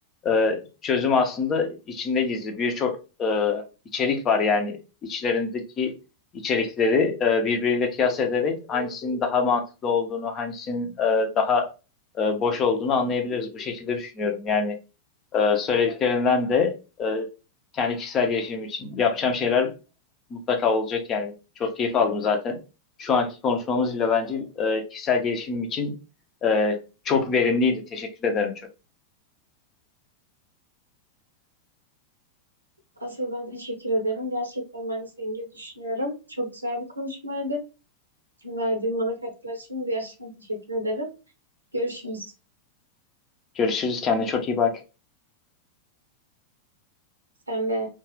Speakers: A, on the left; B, on the right.
A: e, çözüm aslında içinde gizli. Birçok e, içerik var yani içlerindeki içerikleri e, birbiriyle kıyas ederek hangisinin daha mantıklı olduğunu, hangisinin e, daha e, boş olduğunu anlayabiliriz. Bu şekilde düşünüyorum. Yani ee, söylediklerinden de e, kendi kişisel gelişimim için yapacağım şeyler mutlaka olacak yani. Çok keyif aldım zaten. Şu anki konuşmamız bile bence e, kişisel gelişimim için e, çok verimliydi. Teşekkür ederim çok.
B: Asıl ben teşekkür ederim. Gerçekten ben de senin gibi düşünüyorum. Çok güzel bir konuşmaydı. Verdiğin bana katkılar için de gerçekten teşekkür ederim. Görüşürüz.
A: Görüşürüz. Kendine çok iyi bak.
B: Sen de.